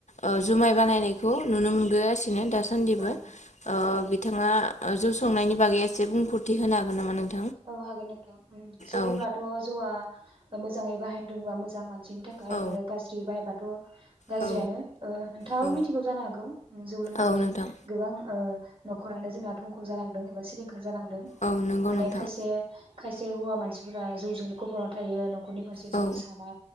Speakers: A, on the left; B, on the right.
A: अ जुमाय बानायनाय खौ नुनो मोनबागासि बिनो दासान्दिबो
B: औ नंगौ
A: अ
B: नोंथां
A: बिथाङा अ जौ संनायनि बागै एसे बुंफुरथि होनो हागोन नामा नोंथां
B: औ हागोन नोंथां ओम जौ
A: औ
B: बुंब्लाथ' जौआ मोजां मोजाङै बाहाय रोंबा मोजां मान सिनि थाखाय
A: औ
B: आरो गाज्रि बाय बाथ द' गाज्रियानो
A: औ
B: ओ नोंथाङाबो
A: औ
B: मिथिगौ जानो हागौ जौ लोंनानै
A: औ नोंथां
B: गोबां ओ न'खरानो जोंनाथ' थंख जालांदों एबां सिलिं जानांदों
A: औ नंगौ
B: माने
A: नोंथां
B: खायसे हौवा मानसिफोरा जौजोंनो गबना थायो न'खरनि फारसे
A: औ
B: जेबो साना